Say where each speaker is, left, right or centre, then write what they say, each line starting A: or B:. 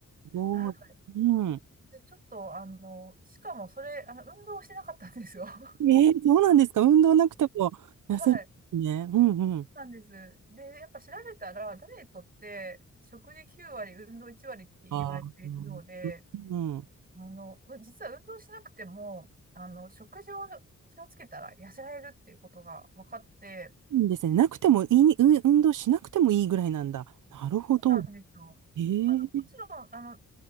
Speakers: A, on the right; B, on the right.
A: ごい。
B: は
A: うん。
B: い。で、ちょっと、あの、しかもそれ、あの、運動をしてなかったんですよ。<laughs> は
A: ええそうなんですか。運動なくても痩せるんですね。
B: い。
A: うんうん。
B: なんです。で、やっぱ調べたら、ダイエットって食事9割、運動1割って言われているようで、
A: ああ、うん。うん
B: あの、実は運動しなくても、あの、食事を気をつけたら痩せられるっていうことが分かって、
A: いいですね。なくてもいい、う運動しなくてもいいぐらいなんだ。なるほど。
B: そうなんですよ。
A: ええ
B: あの、もちろん、あの、